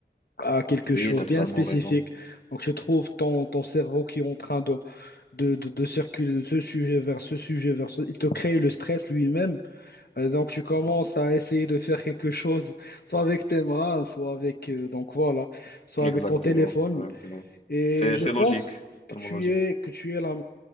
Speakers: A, on the left (about 65°); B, on the left (about 40°).
A: à quelque
B: Oui,
A: chose
B: t'as
A: bien
B: totalement
A: spécifique.
B: raison.
A: Donc, je trouve ton, ton cerveau qui est en train de, de, de, de circuler de ce sujet vers ce sujet, vers ce... Il te crée le stress lui-même euh, Donc tu commences à essayer de faire quelque chose, soit avec tes mains, soit avec euh, donc voilà, soit
B: Exactement,
A: avec ton téléphone.
B: exactement.
A: Et
B: C'est,
A: je
B: c'est
A: pense
B: logique,
A: que
B: totalement
A: tu
B: logique.
A: es que tu es la,